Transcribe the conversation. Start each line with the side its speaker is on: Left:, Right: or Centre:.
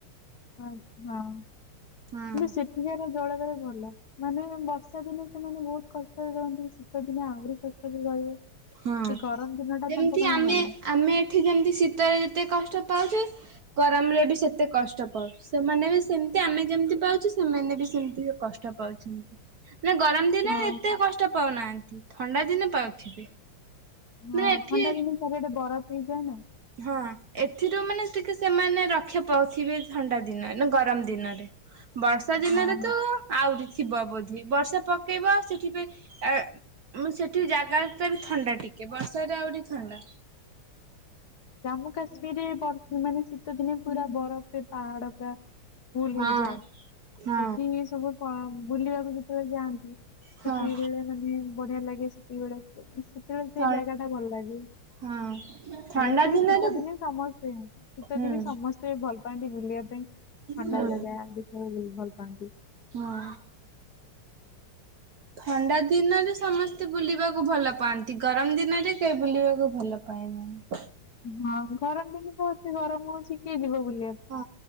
Left: ଆ ହଁ କିନ୍ତୁ
Right: ହଁ।
Left: ସେଠ କାର ଜଳ ବାୟୁ ଭଲ। ମାନେ ବର୍ଷା ଦିନେ ସେମାନେ ବହୁତ୍ କଷ୍ଟରେ ରୁହନ୍ତି ଶୀତ ଦିନେ ଆହୁରି କଷ୍ଟରେ ରହିବେ।
Right: ହଁ।
Left: ଏ ଗରମ ଦିନଟା
Right: ଯେମିତି
Left: ତାଙ୍କ ପାଇଁ
Right: ଆମେ
Left: ଭଲ।
Right: ଆମେ ଏଠି ଯେମିତି ଶୀତରେ ଯେତେ କଷ୍ଟ ପାଉଚେ ଗରମରେ ବି ସେତେ କଷ୍ଟ ପାଉଚେ। ସେମାନେ ବି ସେମିତି ଆମେ ଯେମିତି ପାଉଚୁ। ସେମାନେ ବି ସେମିତି କଷ୍ଟ ପାଉଛନ୍ତି। ନାଇଁ ବୋଉ ଗରମ ଦିନେ
Left: ହଁ
Right: ଏତେ କଷ୍ଟ ପାଉନାହାନ୍ତି। ଥଣ୍ଡା ଦିନେ ପାଉଥିବେ।
Left: ହଁ
Right: ମାନେ ଏଠି
Left: ଥଣ୍ଡା ଦିନେ ଚାରି ଆଡ଼େ ବରଫ ହେଇଯାଏ ନାଁ।
Right: ହଁ ଏଥିରୁ ମାନେ ଟିକେ ସେମାନେ ରକ୍ଷା ପାଉଥିବେ ଥଣ୍ଡା ଦିନ ନା ଗରମ ଦିନ। ବର୍ଷା ଦିନରେ
Left: ହଁ।
Right: ତ ଆହୁରି ଥିବ ବୋଧେ ବର୍ଷା ପକେଇବ ସେଠି ବି ଆଁ ଆମର ସେଠି ଜାଗାଟା ବି ଥଣ୍ଡା ଟିକେ ବର୍ଷାରେ ଆହୁରି ଥଣ୍ଡା।
Left: ଜାମ୍ମୁ କାଶ୍ମୀର ବର୍ ମାନେ ଶୀତ ଦିନେ ପୁରା ବରଫ। ସେ ପାହାଡ଼ ପୁରା ଫୁଲ୍
Right: ହଁ
Left: ହେଇଯାଏ।
Right: ହଁ
Left: ଏଠି ସବୁ କଣ ବୁଲିବାକୁ ଯେତେବେଳେ ଯାଆନ୍ତି। ସେତିକି
Right: ହଁ
Left: ବେଳେ ମାନେ ବଢ଼ିଆ ଲାଗେ ସେତିକି ବେଳେ ସେତେବେଳେ
Right: ଥ
Left: ସେ ଜାଗାଟା ଭଲ ଲାଗିବ।
Right: ହଁ ଥଣ୍ଡା
Left: ମେନ୍ କରି
Right: ଦିନରେ
Left: ଶୀତଦିନେ
Right: ହୁଁ
Left: ସମସ୍ତେ ଶୀତଦିନେ
Right: ହଁ
Left: ସମସ୍ତେ ଭଲ ପାଆନ୍ତି ବୁଲିବା ପାଇଁ। ଥଣ୍ଡା
Right: ହଁ
Left: ଜାଗା ଦେଖିବା ବି ଭଲ ପାଆନ୍ତି।
Right: ହଁ ଥଣ୍ଡା ଦିନରେ ସମସ୍ତେ ବୁଲିବାକୁ ଭଲ ପାଆନ୍ତି। ଗରମ ଦିନରେ ସେ ବୁଲିବାକୁ ଭଲ ପାଏ ନାହିଁ।
Left: ହଁ ଗରମ ଦିନି ତ ଅତି ଗରମ ହଉଛିି। କିଏ ଯିବ ବୁଲି?
Right: ହଁ